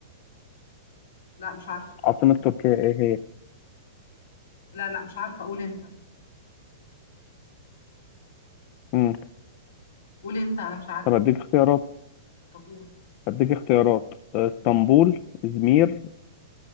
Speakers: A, on the left; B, on the left.
A: لا مش عارف.
B: عاصمة تركيا ايه هي؟
A: لا لا مش عارفة. قول أنت.
B: مم.
A: قول أنت. أنا مش عارفة.
B: طب اديك اختيارات
A: طب قول.
B: اديك اختيارات آه، اسطنبول
A: ماي.
B: ازمير